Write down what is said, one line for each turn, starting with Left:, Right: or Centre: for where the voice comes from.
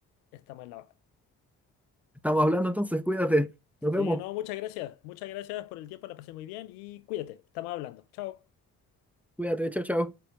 Left: Estamos en la hora.
Centre: Estamos hablando entonces, cuídate. Nos
Left: Sí,
Centre: vemos.
Left: no, muchas gracias, muchas gracias por el tiempo, la pasé muy bien y cuídate, estamos hablando. Chao.
Centre: Cuídate, chao, chao.